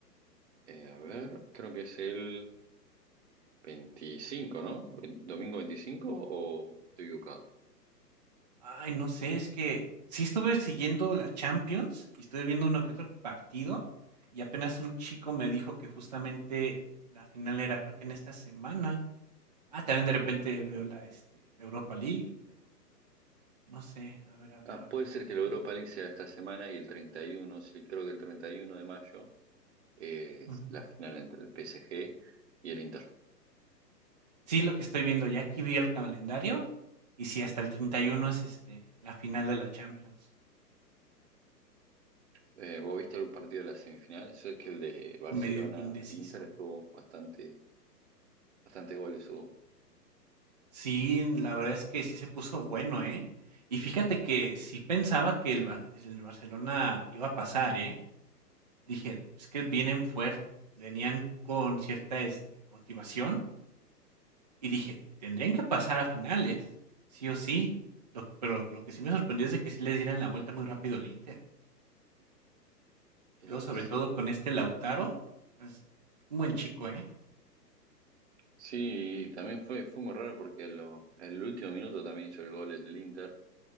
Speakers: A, on the right; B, on the right.
A: Eh, a ver, creo que es el 25, ¿no? ¿Domingo 25 o estoy equivocado?
B: Ay, no sé, es que sí estuve siguiendo la Champions y estuve viendo uno que otro partido y apenas un chico me dijo que justamente la final era creo que en esta semana. Ah, también de repente veo la, este, la Europa League, pero no sé, a ver, a ver,
A: Ah,
B: a
A: puede
B: ver
A: ser
B: cuándo
A: que la Europa
B: es.
A: League sea esta semana y el 31. sí, creo que el 31 de mayo eh, es
B: Ujú.
A: la final entre el PSG y el Inter.
B: Sí, lo que estoy viendo, ya aquí vi el calendario y sí, hasta el 31 es este, la final de la Champions.
A: Eh, ¿vos viste algún partido de la semifinal? Sé que el de Barcelona-Inter
B: Medio que indeciso.
A: estuvo bastante Bastante goles hubo.
B: Sí, la verdad es que sí se puso bueno, ¿eh? Y fíjate que sí pensaba que el, Bar- el Barcelona iba a pasar, ¿eh? Dije, es que vienen fuertes, venían con cierta este, motivación y dije, tendrían que pasar a finales, sí o sí. Lo- pero lo que sí me sorprendió es de que sí les dieran la vuelta muy rápido el Inter.
A: Eh,
B: Luego, sobre
A: sí.
B: todo con este Lautaro, es un buen chico, ¿eh?
A: Sí, y también fue, fue muy raro porque lo, el último minuto también hizo el gol el del Inter.